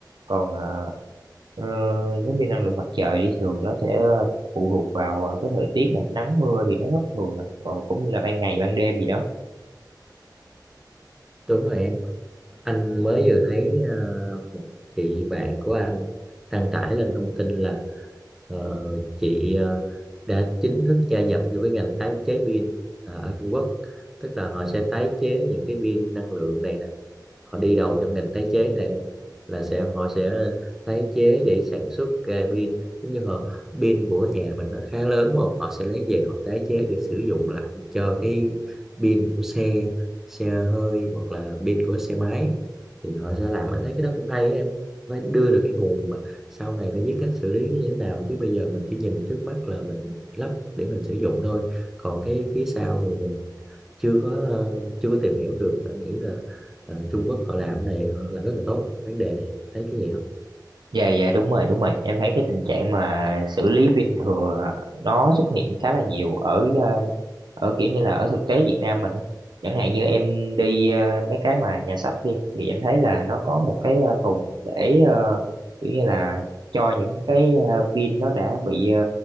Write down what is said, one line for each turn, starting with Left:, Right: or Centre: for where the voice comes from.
Right: còn ờ, ờ, giống như năng lượng mặt trời đi thường nó sẽ phụ thuộc vào ờ, cái thời tiết nè nắng mưa thì nó thất thường nè và cũng như là ban ngày ban đêm gì đó
Centre: đúng rồi em anh mới vừa thấy ờ, một chị bạn của anh đăng tải lên thông tin là Ờ, chị ờ, đã chính thức gia nhập vô cái ngành tái chế pin ờ, ở Trung Quốc tức là họ sẽ tái chế những cái pin năng lượng này nè họ đi đầu trong ngành tái chế này là sẽ họ sẽ tái chế để sản xuất ra pin giống như họ pin của nhà mình nó khá lớn mà họ sẽ lấy về họ tái chế để sử dụng lại cho cái pin của xe xe hơi hoặc là pin của xe máy thì họ sẽ làm anh thấy cái đó cũng hay á em phải đưa được cái nguồn mà sau này phải biết cách xử lý nó như thế nào chứ bây giờ mình chỉ nhìn trước mắt là mình lắp để mình sử dụng thôi còn cái phía sau thì mình chưa có ờ, chưa có tìm hiểu được anh nghĩ là ờ, Trung Quốc họ làm cái này họ làm rất là tốt vấn đề này thấy cái gì không
Right: Dạ dạ đúng rồi đúng rồi em thấy cái tình trạng mà xử lý pin thừa nó xuất hiện khá là nhiều ở ờ, ở kiểu như là ở thực tế Việt Nam mình á. Chẳng hạn như em đi ờ, mấy cái mà nhà sách đi thì em thấy là nó có một cái ờ, thùng để ờ, kiểu như là cho những cái ờ, pin nó đã bị ờ,